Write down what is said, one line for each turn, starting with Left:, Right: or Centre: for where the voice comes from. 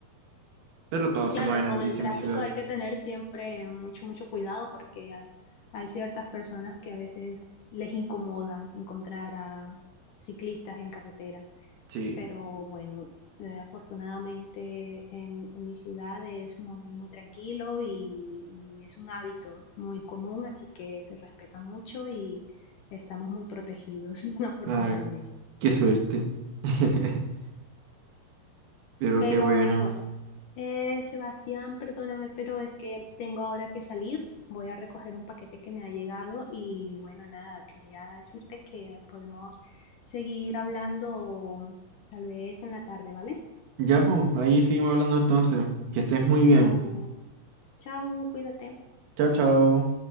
Right: pero todos
Left: Claro,
Right: se mueven
Left: con
Right: en bici
Left: el tráfico
Right: en mi ciudad.
Left: hay que tener siempre mucho, mucho cuidado porque hay, hay ciertas personas que a veces les incomoda encontrar a ciclistas en carretera.
Right: Sí.
Left: pero bueno, eh, afortunadamente en, en mi ciudad es muy, muy tranquilo y, y es un hábito muy común, así que se respeta mucho y estamos muy protegidos, <laughs> afortunadamente.
Right: Ah, qué suerte. <laughs> Pero
Left: Pero
Right: qué bueno.
Left: bueno, eh, Sebastián, perdóname, pero es que tengo ahora que salir. Voy a recoger un paquete que me ha llegado y bueno, nada, quería decirte que podemos seguir hablando tal vez en la tarde, ¿vale?
Right: Ya, pues, ahí seguimos hablando entonces. Que estés muy bien.
Left: Vale. Chao, cuídate.
Right: Chao, chao.